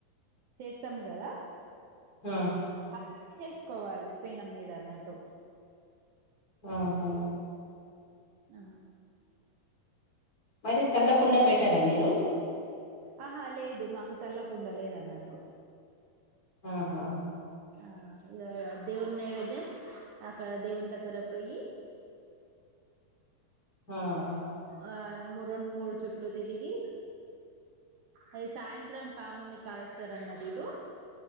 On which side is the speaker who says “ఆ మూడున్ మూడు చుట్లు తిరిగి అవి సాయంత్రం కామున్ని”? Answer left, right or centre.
Right